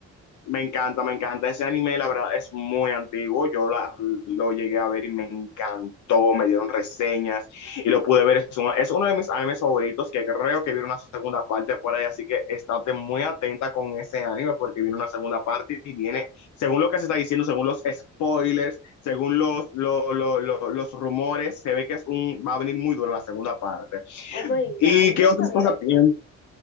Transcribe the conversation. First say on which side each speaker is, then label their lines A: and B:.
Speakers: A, on the left (about 70°); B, on the left (about 40°).
A: Me encanta, me encanta. Ese anime, la verdad, es muy antiguo. Yo la- lo llegué a ver y me encantó. Me dieron reseñas y lo pude ver. Es uno, es uno de mis animes favoritos que creo que viene una segunda parte por ahí. Así que estate muy atenta con ese anime porque viene una segunda parte y viene, según lo que se está diciendo, según los spoilers, según los, lo- lo- lo- los rumores, se ve que es un, va a venir muy duro la segunda parte.
B: Oh my
A: ¿Y
B: God, yo
A: qué
B: no
A: otros
B: sabía
A: pasatiempos?
B: esto.